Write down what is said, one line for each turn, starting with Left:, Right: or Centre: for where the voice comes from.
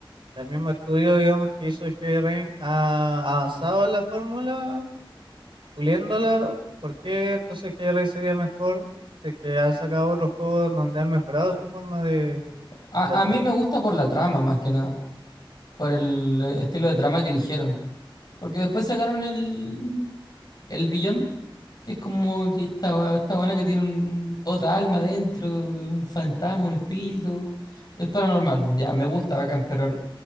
Right: el mismo estudio, digamos, que hizo Heavy Rain ha avanzado en la fórmula, puliéndola. ¿Por qué entonces Heavy Rain sería mejor si es que han sacado otros juegos donde han mejorado su forma de,
Left: A,
Right: de hacerlo?
Left: a mí me gusta por la trama más que nada, por el eh, estilo de trama que eligieron. Porque después sacaron el, el Beyond Que es como que esta, esta buena que tiene un- otra alma dentro, un fantasma, un espíritu. Es paranormal. Ya, me gusta, bacán, pero